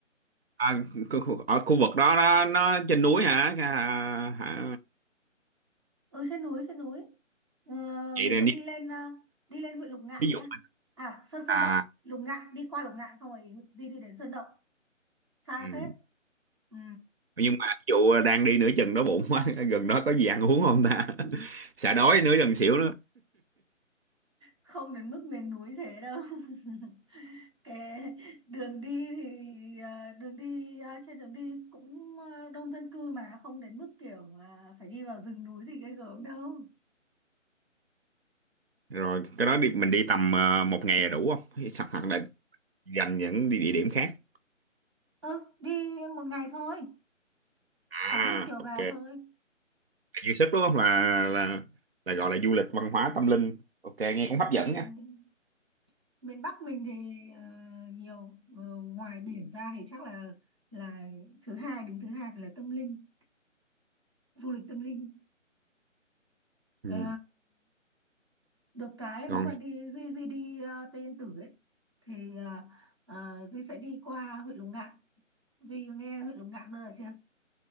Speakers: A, on the right; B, on the right.
A: à, khu khu- ở khu vực đó nó, nó trên núi hả à, hả?
B: ừ trên núi trên núi ờ,
A: vậy
B: mình
A: nên
B: sẽ đi lên ờ, đi lên huyện Lục Ngạn
A: ví
B: nhá
A: dụ
B: à Sơn Sơn
A: à
B: Động Lục Ngạn đi qua Lục Ngạn xong rồi Duy đi đến Sơn Động xa
A: ừm.
B: phết ừ.
A: nhưng mà ví dụ đang đi nửa chừng đói bụng quá <laughs> gần đó có gì ăn uống không ta <laughs> sợ đói nửa chừng xỉu
B: không đến mức miền núi thế đâu <laughs> cái đường đi thì ờ, đường đi ờ, trên đường đi cũng ờ, đông dân cư mà không đến mức kiểu ờ, phải đi vào rừng núi gì ghê gớm đâu
A: rồi cái đó đi mình đi tầm ờ, một ngày là đủ không Hay sẵn hoặc là dành những địa địa điểm khác
B: ừ đi một ngày thôi
A: à
B: sáng đi chiều về
A: ok là
B: thôi
A: dư sức đúng không là là là gọi là du lịch văn hóa tâm linh ok nghe
B: ừ,
A: cũng hấp
B: du
A: dẫn
B: lịch
A: nha
B: tâm linh miền Bắc mình thì ờ, nhiều ờ, ngoài biển ra thì chắc là là thứ hai đứng thứ hai phải là tâm linh du lịch tâm linh
A: ừ.
B: Ờ, được cái nếu
A: còn
B: mà đi Duy Duy đi ờ, Tây Yên Tử ấy thì ờ, ờ, Duy sẽ đi qua huyện Lục Ngạn Duy nghe huyện Lục Ngạn bao giờ chưa